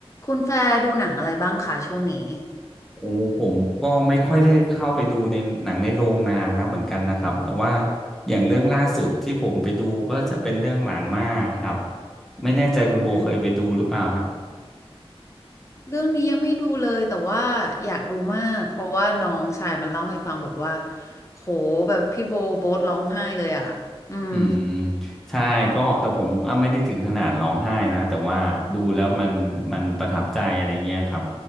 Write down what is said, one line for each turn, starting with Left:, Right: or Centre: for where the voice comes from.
Left: คุณแฟร์ดูหนังอะไรบ้างคะช่วงนี้
Centre: โอ้ผมก็ไม่ค่อยได้เข้าไปดูในหนังในโรงนานแล้วเหมือนกันนะครับแต่ว่าอย่างเรื่องล่าสุดที่ผมไปดูก็จะเป็นเรื่องหลานมาครับไม่แน่ใจคุณโบเคยไปดูหรือเปล่าฮะ
Left: หืมเรื่องนี้ยังไม่ดูเลยแต่ว่าอยากดูมากเพราะว่าน้องชายมันเล่าให้ฟังบอกว่าโหแบบพี่โบโบ๊ทร้องไห้เลยอ่ะ อืม
Centre: อืมใช่ก็แต่ผมอ่ะไม่ได้ถึงขนาดร้องไห้นะแต่ว่าดูแล้วมันมันประทับใจอะไรเงี้ยครับ